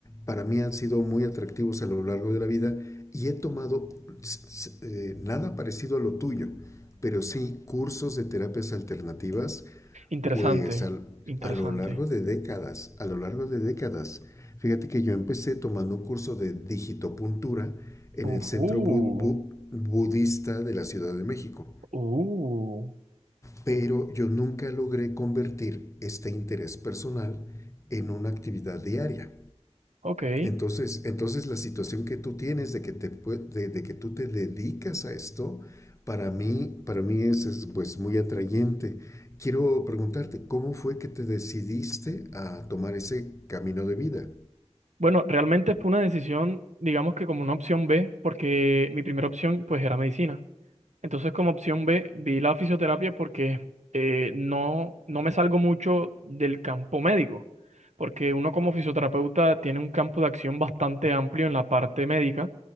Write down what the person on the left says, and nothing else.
para mí han sido muy atractivos a lo largo de la vida y he tomado s- s- eh, nada parecido a lo tuyo, pero sí cursos de terapias alternativas
pues al-
a lo largo de décadas, a lo largo de décadas, fíjate que yo empecé tomando un curso de digitopuntura en
el Centro Bu- Bu- Budista de la Ciudad de México,
pero yo nunca logré convertir este interés personal en una actividad diaria.
Entonces, entonces la situación que tú tienes de que, te, pue- de, de que tú te dedicas a esto, para mí, para mí es, es, pues muy atrayente. Quiero preguntarte, ¿cómo fue que te decidiste a tomar ese camino de vida?